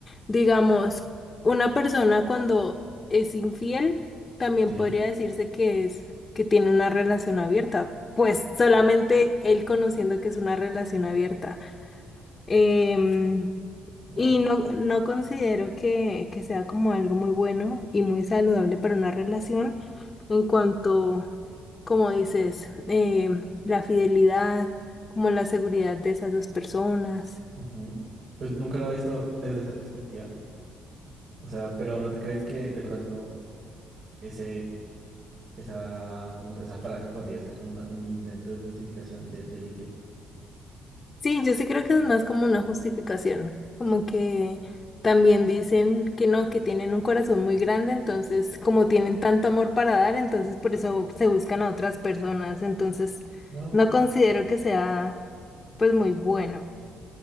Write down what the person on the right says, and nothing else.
Sí,
wow.
Ujú. Pues nunca lo he visto desde esa perspectiva. O sea, pero ¿no te crees que de pronto ese Esa, como esa frase podría ser como una- un intento de justificación de- del infiel.
No,